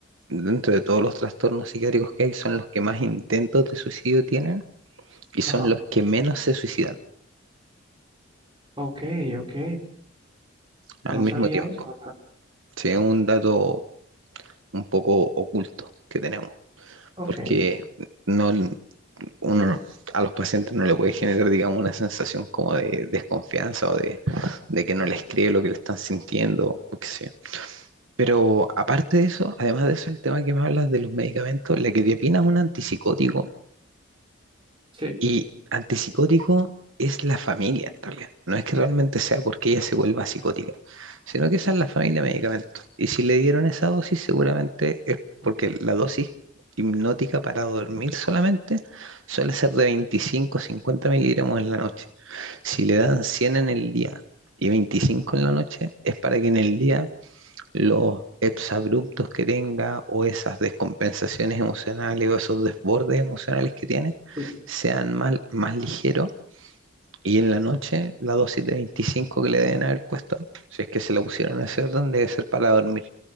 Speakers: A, on the right; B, on the right.
A: dentro de todos los trastornos psiquiátricos que hay, son los que más intentos de suicidio tienen y son
B: ajá,
A: los que menos se suicidan
B: ok, ok.
A: al
B: No
A: mismo
B: sabía
A: tiempo.
B: eso.
A: Sí, es un dato un poco oculto que tenemos,
B: Ok,
A: porque no, uno a los pacientes no le puede generar, digamos, una sensación como de desconfianza o de, de que no les cree lo que le están sintiendo, o qué sé yo. Pero aparte de eso, además de eso, el tema que me hablas de los medicamentos, la quetiapina es un antipsicótico
B: sí,
A: Y antipsicótico es la familia, en realidad. No es que realmente sea porque ella se vuelva psicótica, sino que esa es la familia de medicamentos. Y si le dieron esa dosis, seguramente es porque la dosis hipnótica para dormir solamente suele ser de 25 a 50 miligramos en la noche. Si le dan 100 en el día y 25 en la noche, es para que en el día los exabruptos que tenga o esas descompensaciones emocionales o esos desbordes emocionales que tiene
B: sí,
A: sean más, más ligeros. Y en la noche, la dosis de 25 que le deben haber puesto, si es que se la pusieron en ese orden, debe ser para dormir.